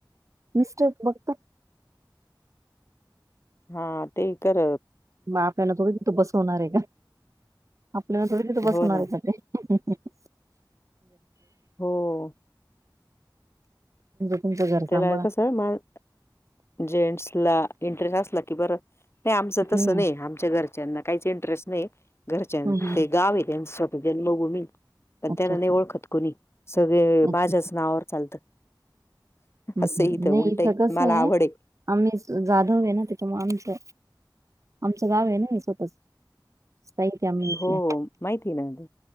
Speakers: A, on the right; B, on the left.
A: मिस्टर बघतात.
B: हा ते कर
A: मग आपल्याला थोडी तिथं बसवणार आहे का. आपल्याला थोडी तिथं बसवणार
B: हो ना.
A: आहे का ते.
B: हो.
A: <unintelligible>
B: त्याला
A: सांभाळा
B: कस मग जेंट्स ला इंटरेस्ट असला की बरं. नाही आमच तस
A: हं,
B: नाही आमच्या घरच्यांना काहीच इंटरेस्ट नाही. घरच्यां
A: हं, हं.
B: ते गाव आहे त्यांचं जन्मभूमी. पण
A: अच्छा,
B: त्याला
A: अच्छा.
B: नाही ओळखत कुणी सगळे
A: अच्छा,
B: माझ्याच
A: अच्छा.
B: नावावर चालतं.
A: हम
B: असं
A: हम
B: आहे
A: नाही
B: उलट
A: इथं
B: आहे.
A: कसं
B: मला
A: आहे.
B: आवड
A: आम्ही जाधव आहे ना त्याच्यामुळे आमचं आमचं गाव आहे ना हे स्वतःच. स्थायीक आहे आम्ही इथल्या
B: हो, माहिती आहे ना.